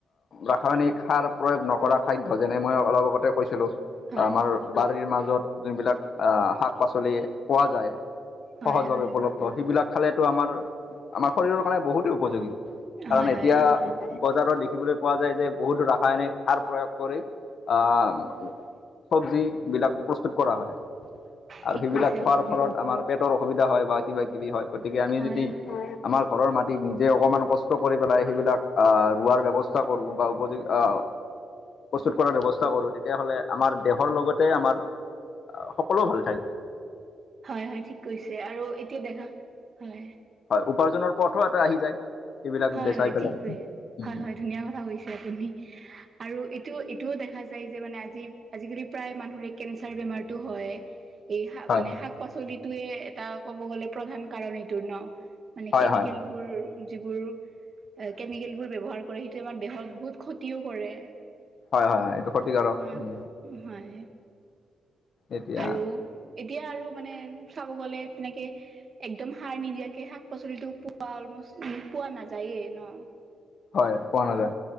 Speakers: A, on the left; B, on the right.
A: ৰাসায়নিক সাৰ প্ৰয়োগ নকৰা খাদ্য যেনে মই অলপ আগতে কৈছিলো।
B: হয়
A: আমাৰ বাৰীৰ মাজত যোনবিলাক শাক পাচলি পোৱা যায়।
B: হয়
A: সহজভাৱে
B: হয়
A: উপলব্ধ সেইবিলাক খালেটো আমাৰ আমাৰ শৰীৰৰ কাৰণে বহুতেই উপযোগী। কাৰণ
B: হয়
A: এতিয়া
B: হয়
A: বজাৰৰ দিশ দেখিবলৈ পোৱা যায় যে বহুতো ৰাসায়নিক সাৰ প্ৰয়োগ কৰি চবজিবিলাক প্ৰস্তুত কৰা হয়।
B: ঠিক
A: আৰু সেইবিলাক
B: কৈছে
A: খোৱাৰ
B: আপুনি
A: ফলত আমাৰ পেটৰ অসুবিধা হয় বা কিবা কিবি হয় গতিকে আমি
B: হয়
A: যদি
B: হয়
A: আমাৰ ঘৰৰ মাটিত নিজে অকণমান কষ্ট কৰি পেলাই সেইবিলাক ৰোৱাৰ ব্যৱস্থা ব্যৱস্থা কৰো বা উপযোগী আহ প্ৰস্তুত কৰাৰ ব্যৱস্থা কৰো তেতিয়াহ'লে আমাৰ দেহৰ লগতে আমাৰ অ, সকলো ভালে থাকে।
B: হয়-হয় ঠিক কৈছে আৰু এতিয়া দেখা হয়।
A: হয় উপাৰ্জনৰ পথো এটা আহি যায় এইবিলাক
B: হয়
A: বেচাই
B: হয়
A: পেলাই
B: ঠিক
A: উম,
B: কৰি হয় হয় ধুনীয়া কথা কৈছে আপুনি আৰু ইটো ইটোও দেখা যায় যে মানে আজি আজিকালি প্ৰায় মানুহৰে কেঞ্চাৰ বেমাৰতটো হয় এই
A: হয়
B: মানে শাক পাচলিটোয়ে এটা কব গ'লে প্ৰধান কাৰণ এইটোৰ ন। মানে
A: হয়
B: কেমিকেল
A: হয়
B: বোৰ যিবোৰ কেমিকেল বোৰ ব্যৱহাৰ কৰে সেইটো আমাৰ দেহত বহুত ক্ষতিও কৰে।
A: হয়-হয় এইটো ক্ষতিকাৰক
B: হয়
A: উম,
B: হয়
A: এতিয়া
B: আৰু এতিয়া আৰু মানে চাব গ'লে তেনেকে একদম সাৰ নিদিয়াকে শাক পাচলিটো পোৱা অলমষ্ট পোৱা নাযায়েই ন
A: হয় পোৱা নাযায়